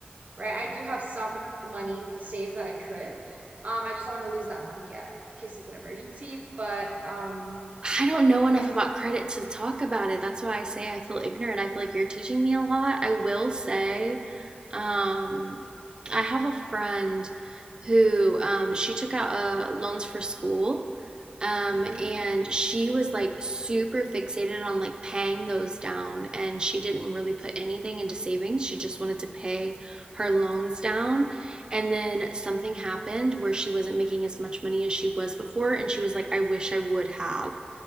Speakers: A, on the right; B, on the right.
A: right? I do have some money to save that I could. Um, I just don't want to lose that money yet in case of an emergency. But um,
B: I don't know enough
A: I,
B: about credit to talk about it. That's why I say I feel ignorant. I feel like you're teaching me a lot. I will say, um, I have a friend who um, she took out uh, loans for school, um,
A: mhm.
B: and she was like super fixated on like paying those down, and she didn't really put anything into savings. She just wanted to pay her loans down. And then something happened where she wasn't making as much money as she was before, and she was like, I wish I would have